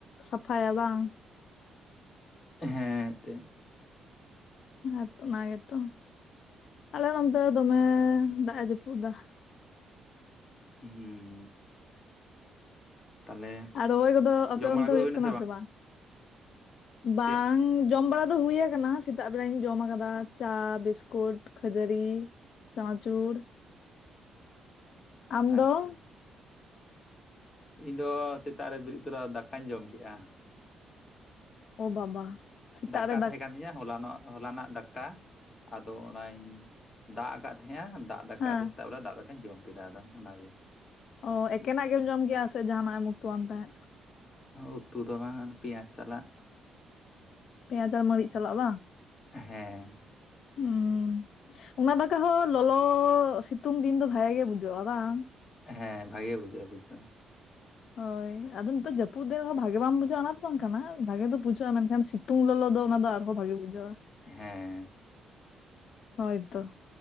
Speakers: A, on the left; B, on the left.
A: ᱥᱟᱯᱷᱟᱭᱟ ᱵᱟᱝ
B: ᱮᱸᱦᱮ ᱛᱮ
A: ᱦᱮᱸᱛᱚ ᱚᱱᱟ ᱜᱮᱛᱚ ᱟᱞᱮ ᱱᱚᱱᱛᱮ ᱫᱚᱢᱮ ᱫᱟᱜ ᱮ ᱡᱟᱹᱯᱩᱫ ᱫᱟ
B: ᱩᱸᱦᱩ ᱛᱟᱦᱚᱞᱮ
A: ᱟᱨ ᱨᱚᱦᱭ ᱠᱚᱫᱚ ᱟᱯᱮ
B: ᱡᱚᱢ ᱵᱟᱲᱟ
A: ᱚᱱᱛ
B: ᱠᱚᱫᱚ
A: ᱦᱩᱭᱩᱜ
B: ᱦᱩᱭᱱᱟ
A: ᱠᱟᱱᱟ ᱥᱮ ᱵᱟᱝ ᱵᱟᱝ
B: ᱪᱮᱫ
A: ᱡᱚᱢ ᱵᱟᱲᱟ ᱫᱚ ᱦᱩᱭᱟ ᱠᱟᱱᱟ ᱥᱮᱛᱟᱜ ᱵᱮᱲᱟᱧ ᱡᱚᱢ ᱟᱠᱟᱫᱟ ᱪᱟ ᱵᱤᱥᱠᱩᱴ ᱠᱷᱟᱹᱡᱟᱹᱲᱤ ᱪᱟᱱᱟᱪᱩᱨ ᱟᱢ
B: ᱟᱪᱪᱷᱟ
A: ᱫᱚ
B: ᱤᱧ ᱫᱚ ᱥᱮᱛᱟᱜ ᱨᱮ ᱵᱤᱨᱤᱫ ᱛᱚᱨᱟ ᱫᱟᱠᱟᱧ ᱡᱚᱢ ᱠᱮᱜᱼᱟ
A: ᱳ ᱵᱟᱵᱟ ᱥᱮᱛᱟᱜ
B: ᱫᱟᱠᱟ
A: ᱨᱮ
B: ᱛᱟᱦᱮ ᱠᱟᱱ ᱛᱤᱧᱟ ᱦᱚᱞᱟᱱᱚᱜ ᱦᱚᱞᱟᱱᱟᱜ ᱫᱟᱠᱟ ᱟᱫᱚ ᱚᱱᱟᱧ ᱫᱟᱜ ᱟᱠᱟᱫ ᱛᱟᱦᱮᱸᱼᱟ ᱫᱟᱜ ᱫᱟᱠᱟᱫᱚ
A: ᱦᱮᱸ
B: ᱥᱮᱛᱟᱜ ᱵᱮᱲᱟ ᱫᱟᱜ ᱫᱟᱠᱟᱧ ᱡᱚᱢ ᱠᱮᱫᱟ ᱟᱫᱚ ᱚᱱᱟᱜᱮ
A: ᱚ ᱮᱠᱮᱱᱟᱜ ᱜᱮᱢ ᱡᱚᱢ ᱠᱮᱜᱼᱟ ᱥᱮ ᱡᱟᱦᱟᱱᱟᱜ ᱮᱢ ᱩᱛᱩᱣᱟᱱ ᱛᱟᱦᱮᱸᱫ
B: ᱩᱛᱩ ᱫᱚ ᱵᱟᱝ ᱚᱱᱮ ᱯᱮᱸᱭᱟᱡᱽ ᱥᱟᱞᱟᱜ
A: ᱯᱮᱸᱭᱟᱡ ᱟᱨ ᱢᱟᱹᱨᱤᱡ ᱥᱟᱞᱟᱜ ᱵᱟᱝ
B: ᱦᱮᱸ
A: ᱦᱩᱢ ᱚᱱᱟ ᱫᱟᱠᱟ ᱦᱚᱸ ᱞᱚᱞᱚ ᱥᱤᱛᱩᱝ ᱫᱤᱱ ᱫᱚ ᱵᱷᱟᱜ ᱜᱮ ᱵᱩᱡᱚᱹᱜᱼᱟ ᱵᱟᱝ
B: ᱦᱮᱸ ᱵᱷᱟᱜᱮ ᱵᱩᱡᱷᱟᱹᱜᱼᱟ ᱵᱩᱡ ᱫᱚ
A: ᱦᱳᱭ ᱟᱫᱚ ᱱᱤᱛᱚᱜ ᱡᱟᱹᱯᱩᱫ ᱫᱮᱱ ᱨᱮᱦᱚᱸ ᱵᱷᱟᱜᱮ ᱵᱟᱝ ᱵᱩᱡᱷᱟᱹᱜᱼᱟ ᱚᱱᱟ ᱫᱚ ᱵᱟᱝ ᱠᱟᱱᱟ, ᱵᱷᱟᱜᱮ ᱫᱚ ᱵᱩᱡᱷᱟᱹᱜᱼᱟ ᱢᱮᱱᱠᱷᱟᱱ ᱥᱤ ᱛᱩᱝ ᱞᱚᱞᱚ ᱫᱚ ᱚᱱᱟ ᱫᱚ ᱟᱨᱦᱚ ᱵᱷᱟᱜᱮ ᱵᱩᱡᱷᱟᱹᱜᱼᱟ᱾
B: ᱦᱮᱸ
A: ᱦᱳᱭᱛᱚ